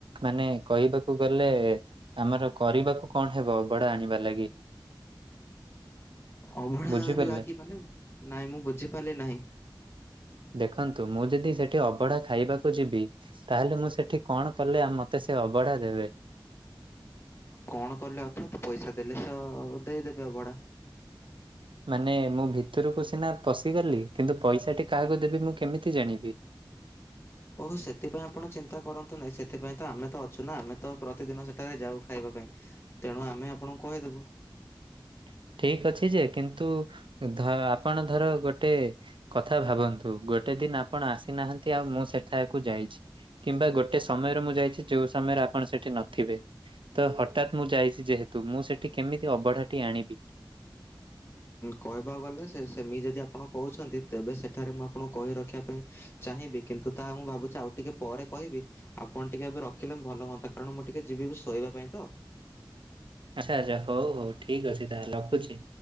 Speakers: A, on the right; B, on the left.
A: ମାନେ କହିବାକୁ ଗଲେ ଆମର କରିବାକୁ କଣ ହେବ ଅବଡା ଆଣିବା ଲାଗି?
B: ଅଭଢା
A: ବୁଝିପାରିଲେ?
B: ଲାଗି ମାନେ ନାଇଁ ମୁଁ ବୁଝିପାରିଲି ନାହିଁ?
A: ଦେଖନ୍ତୁ ମୁଁ ଯଦି ସେଠି ଅବଢା ଖାଇବାକୁ ଯିବି ତାହେଲେ ମୁଁ ସେଠି କଣ କଲେଉ ମତେ ସେ ଅବଢା ଦେବେ?
B: କଣ କଲେ ଅଥାତ୍ ପଇସା ଦେଲେ ସେ ଦେଇଦେବେ ଅବଢା?
A: ମାନେ ମୁଁ ଭିତରକୁ ସିନା ପଶିଗଲି କିନ୍ତୁ ପଇସାଟି କାହାକୁ ଦେବି ମୁଁ କେମିତି ଜାଣିବି? ଃ
B: ଓହୋ ସେଥିପାଇଁ ଆପଣ ଚିନ୍ତା କରନ୍ତୁ ନାହିଁ ସେଥିପାଇଁ ତ ଆମେ ତ ଅଛୁ ନା ଆମେ ତ ପ୍ରତିଦିନ ସେଠାରେ ଯାଉ ଖାଇବା ପାଇଁ ତେଣୁ ଆମେ ଆପଣଙ୍କୁ କହିଦେବୁ।
A: <inaudible> ଠିକ ଅଛି ଯେ କିନ୍ତୁ ଧ ଆପଣ ଧର ଗୋଟେ କଥା ଭାବନ୍ତୁ ଗୋଟେ ଦିନ ଆପଣ ଆସିନାହାନ୍ତି ଆଉ ମୁଁ ସେଠାକୁ ଯାଇଛି କିମ୍ବା ଗୋଟେ ସମୟରେ ମୁଁ ଯାଇଛି ଯୋଉ ସମୟରେ ଆପ ଆପଣ ସେଠି ନଥିବେ ତ ହଠାତ୍ ମୁଁ ଯାଇଛି ଯେହେତୁ ମୁଁ ସେଠି କେମିତି ଅବଢା ଆଣିବି?
B: କହିବାକୁ ଗଲେ ସେ ସେମି ଯଦି ଆପଣ କହୁଛନ୍ତି ତେବେ ସେଠାରେ ମୁଁ ଆପଣଙ୍କୁ କହି ରଖିବା ପାଇଁ ଚେ ଚାହିଁବି କିନ୍ତୁ ତାହା ମୁଁ ଭାବୁଛି ଆଉ ଟିକେ ପରେ କହିବି ଆପଣ ଟିକେ ଏବେ ରଖିଲେ ବି ଭଲ ହୁନ୍ତା କାରଣ ମୁଁ ଟିକେ ଯିବି ଶୋଇବା ପାଇଁ ତ।
A: ଆଛା ଆଚ୍ଛା ହଉ ହଉ ଠିକ ଅଛି ତାହେଲେ ରଖୁଛି।